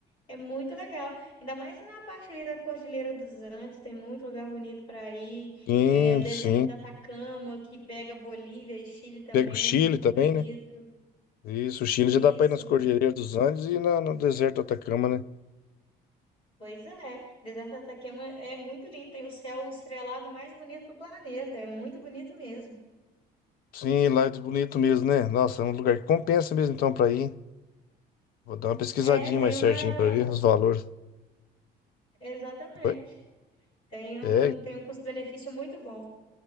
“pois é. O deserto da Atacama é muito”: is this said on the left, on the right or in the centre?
Left